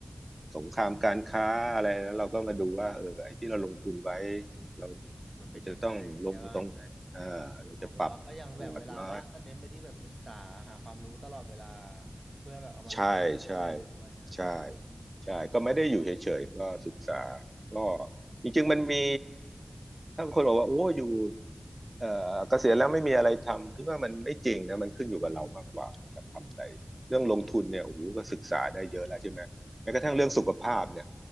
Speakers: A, on the right; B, on the right.
A: สงครามการค้าอะไรแล้วเราก็มาดูว่าเออไอ้ที่เราลงทุนไว้เรา
B: มันเป็นยังไงใช่ปะ
A: เราจะต้องลงตรงไหนอ่าเราจะปรับพอร์ตไหม
B: อ๋อแปลว่าก็ยังแบบเวลาว่างก็เน้นไปที่แบบศึกษาหาความรู้ตลอดเวลาเพื่อแบบเอามาลงด้วยอะไรด้วยฮะอืม
A: ใช่ใช่ใช่ใช่ก็ไม่ได้อยู่เฉยๆก็ศึกษาก็จริงๆมันมีถ้าคนบอกว่าโอ้อยู่เอ่อเกษียณแล้วไม่มีอะไรทำพี่ว่ามันไม่จริงนะมันขึ้นอยู่กับเรามากกว่าเราจะทำอะไรเรื่องลงทุนเนี่ยโอ้โหก็ศึกษาได้เยอะแล้วใช่ไหมแม้กระทั่งเรื่องสุขภาพเนี่ย
B: อืม